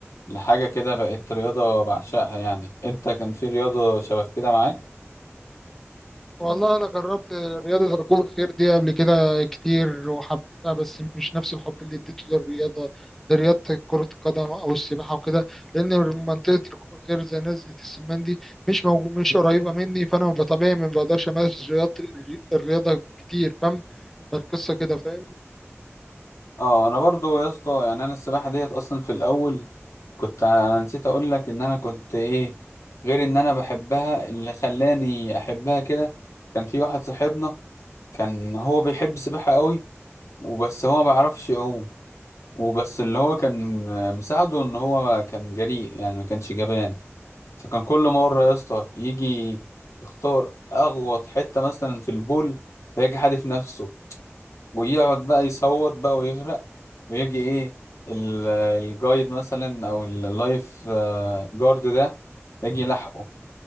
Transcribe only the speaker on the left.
لحاجة كده بقت رياضة بعشقها يعني أنت كان في رياضة شبه كده معاك؟
أه أنا برضو يا اسطى يعني أنا السباحة ديت أصلا في الأول كنت أنا نسيت أقول لك إن أنا كنت إيه غير إن أنا بحبها اللي خلاني أحبها كده كان في واحد صاحبنا كان هو بيحب السباحة قوي وبس هو ما بيعرفش يعوم وبس اللي هو كان مساعده ان هو كان جريء يعني ما كانش جبان فكان كل مرة يا اسطى يجي يختار اغوط حتة مثلا في البول فيجي حادف نفسه ويقعد بقى يصوت بقى ويغرق ويجي ايه ال- الجايد مثلا او اللايف آه، جارد ده يجي يلحقه